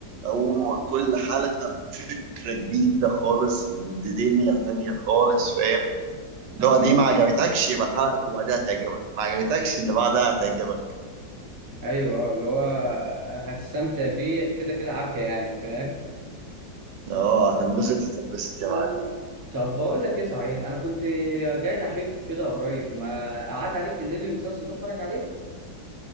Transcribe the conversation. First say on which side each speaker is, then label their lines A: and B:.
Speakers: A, on the right; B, on the right.
A: هو كل حلقة بفكرة جديدة خالص بدنيا تانية خالص فاهم لو دي
B: اه
A: ما عجبتكش يبقى الحلقة اللي بعدها هتعجبك ما عجبتكش اللي بعدها هتعجبك
B: ايوه اه اللي هو هتستمتع بيه كده كده عافيه يعني فاهم؟
A: اه هتنبسط هتنبسط يا معلم
B: طب بقول لك ايه صحيح انا كنت جاي ناحيك كده قريب ما قعد عليك تنقل لي المسلسل ده اتفرج عليه؟